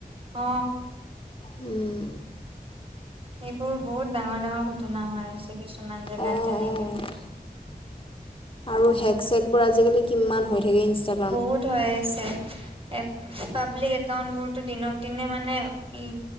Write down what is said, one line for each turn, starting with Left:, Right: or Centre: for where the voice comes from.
Right: অ।
Left: উম।
Right: সেইবোৰ বহুত ডাঙৰ ডাঙৰ ঘটনা হৈ আছে কিছুমান জেগাত
Left: অঁ
Right: তেনেকৈ',
Left: অঁ আৰু হেক চেক বোৰ আজিকালি কিমান হৈ থাকে ইনষ্টা',
Right: বহুত হৈ আছে, এপ', পাব্লিক একাউন্ট বোৰতো দিনক দিনে মানে, উম',